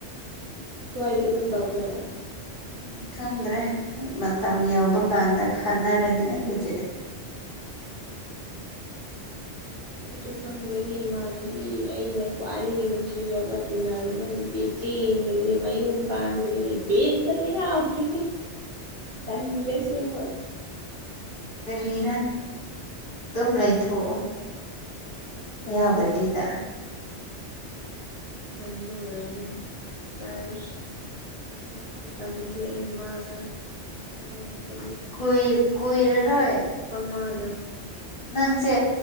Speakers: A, on the right (about 55°); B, on the left (about 50°).
A: ꯁ꯭ꯋꯥꯏꯗ ꯑꯗꯨꯝ ꯇꯧꯗꯣꯏꯔꯥ
B: ꯎ ꯈꯪꯗ꯭ꯔꯦ ꯃꯇꯝ ꯌꯧꯕ ꯀꯥꯟꯗ ꯈꯟꯅꯔꯅꯤ ꯑꯗꯨꯗꯤ
A: ꯑꯩꯁꯨ ꯈꯪꯗꯦꯅꯤ ꯏꯃꯥꯅꯗꯤ ꯑꯩꯅ ꯈ꯭ꯋꯥꯏꯗꯒꯤ ꯅꯨꯡꯁꯤꯖꯕ ꯇꯤꯟꯅꯔꯨꯔꯕ ꯅꯨꯄꯤ ꯆꯦ ꯗꯅꯦ ꯃꯌ ꯄꯥꯟꯗꯅꯅꯦ ꯕꯟꯗ ꯂꯩ ꯌꯥꯎꯗ꯭ꯔꯤ ꯇꯂꯦ ꯁꯤꯃ
B: ꯀꯔꯤꯔꯥ ꯑꯗꯨꯝ ꯂꯩꯏꯊꯣꯛꯑꯣ
A: ꯑꯁ ꯇꯜꯂꯦ
B: ꯌꯥꯎꯗꯕꯤꯗ
A: ꯊꯟꯗ ꯑꯣꯏꯔꯅꯤ ꯆꯔ <unintelligible> ꯈ꯭ꯔꯤꯁꯃꯥꯁ ꯃꯇꯝꯗꯗꯤ ꯑꯩꯃꯥꯒ ꯐꯖꯅꯖꯩ
B: ꯀꯏꯔ ꯀꯏꯔ ꯔ
A: ꯃꯥꯗꯣ
B: ꯅꯪꯁꯦ